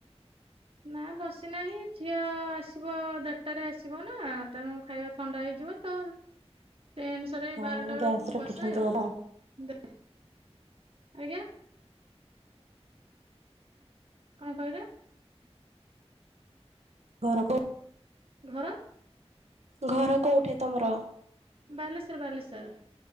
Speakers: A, on the right; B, on the right.
A: ନା ବସିନାହିଁ ଝିଅ ଆସିବ ଦେଢଟାରେ ଆସି ବନା ତେଣୁ ଖାଇବା ଥଣ୍ଡା ହେଇଯିବ ତ ସେଇ ଅନୁସାରେ ଏଇ
B: ହଁ
A: ବାରଟା
B: ଗ୍ୟାସ୍
A: ବେଳକୁ ମୁଁ
B: ରଖିଛନ୍ତି
A: ବସାଏ
B: ବୋଧେ
A: ଆଉ ଦେ ଆଜ୍ଞା। କଣ କହିଲେ?
B: ଘର କୋ
A: ଘର
B: ଘର କୋଉଠି ତମର?
A: ବାଲେଶ୍ଵର ବାଲେଶ୍ୱର।